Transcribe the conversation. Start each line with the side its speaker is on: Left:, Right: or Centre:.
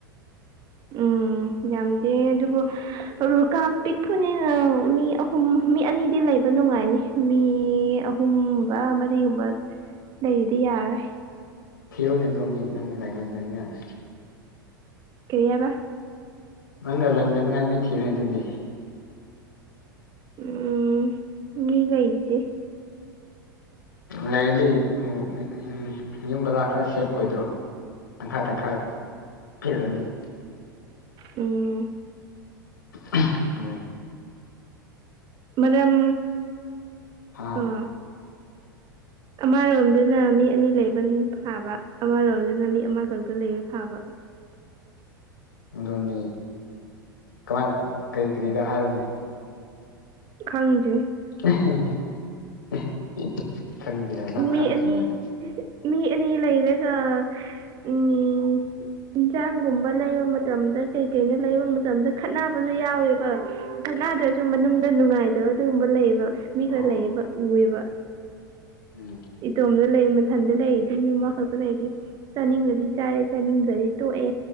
Right: ꯎꯝ ꯌꯥꯝꯗꯦ ꯑꯗꯨꯕꯨ꯫ ꯀꯥ ꯄꯤꯛꯄꯅꯤꯅ ꯃꯤ ꯑꯍꯨꯝ ꯃꯤ ꯑꯅꯤꯗꯤ ꯂꯩꯕ ꯅꯨꯡꯉꯥꯏꯅꯤ ꯃꯤ ꯑꯍꯨꯝ꯫ ꯑꯃꯗꯤꯒꯨꯝꯕ ꯂꯩꯕꯗꯤ ꯌꯥꯔꯣꯏ
Left: ꯊꯤꯔꯣꯅꯦ ꯔꯣꯃꯤ ꯅꯪꯒꯤ ꯂꯥꯏꯑꯣ ꯈꯔꯥꯅꯤꯉꯥꯏ
Right: ꯀꯔꯤ ꯍꯥꯏꯕ꯫
Left: ꯅꯪꯅ ꯂꯩꯃꯤꯅ ꯅꯤꯡꯉꯥꯏ ꯃꯤ ꯊꯤꯔꯦ ꯑꯗꯨꯗꯤ꯫
Right: ꯎꯝ ꯃꯤ ꯂꯩꯇꯦ꯫
Left: ꯂꯩꯔꯗꯤ ꯎꯝ ꯌꯨꯝ ꯕꯂꯥ ꯈꯔ ꯁꯦꯞ ꯑꯣꯏꯗ꯭ꯔꯣ꯫ ꯇꯪꯈꯥꯏ ꯇꯪꯈꯥꯏ ꯄꯤꯔꯗꯤ
Right: ꯎꯝ
Left: ꯑꯩ ꯍꫭꯏ
Right: ꯃꯔꯝ
Left: ꯍꯥ
Right: ꯑꯥ꯫ ꯑꯃꯔꯣꯝꯗꯅ ꯃꯤ ꯑꯅꯤ ꯂꯩꯕ ꯐꯥꯕ ꯑꯃꯔꯣꯝꯗꯅ ꯃꯤ ꯑꯃ ꯈꯛꯇ ꯂꯩꯕ ꯐꯥꯕ
Left: ꯃꯗꯨꯅꯤ ꯀꯃꯥꯏ ꯀꯔꯤ ꯀꯔꯤꯗ ꯍꯥꯏꯕꯅꯦ꯫
Right: ꯈꯪꯗ‌ꯦ꯫
Left: <unintelligible> ꯈꯪꯗꯦ ꯍꯥꯏ ꯅꯪ
Right: ꯃꯤ
Left: ꯈꯪꯕ
Right: ꯑꯅꯤ
Left: ꯑꯗꯨꯃꯥꯏꯅ
Right: ꯃꯤ ꯑꯅꯤ ꯂꯩꯔꯒ ꯎꯝ ꯌꯦꯟꯁꯥꯡꯒꯨꯝꯕ ꯂꯩꯕ ꯃꯇꯝꯗ ꯀꯩ ꯀꯩꯅ ꯂꯩꯕ ꯃꯇꯝꯗ ꯈꯠꯅꯕꯁꯨ ꯌꯥꯎꯋꯦꯕ ꯀꯅꯥꯗ꯭ꯔꯁꯨ ꯃꯅꯨꯡꯗ ꯅꯨꯡꯉꯥꯏꯗꯕ ꯑꯗꯨꯒꯨꯝꯕ ꯂꯩꯌꯦꯕ ꯃꯤ
Left: ꯑꯣ
Right: ꯈꯔ ꯂꯩꯌꯦꯕ ꯎꯑꯕ
Left: ꯎꯝ
Right: ꯏꯇꯣꯝꯗ ꯂꯩ ꯃꯊꯟꯗ ꯂꯩꯔꯗꯤ ꯃꯤ ꯃꯃꯥ ꯈꯛꯇ ꯂꯩꯔꯗꯤ ꯆꯥꯅꯤꯡꯗꯗꯤ ꯆꯥꯏꯔꯦ ꯆꯥꯅꯤꯡꯗ꯭ꯔꯗꯤ ꯇꯣꯛꯑ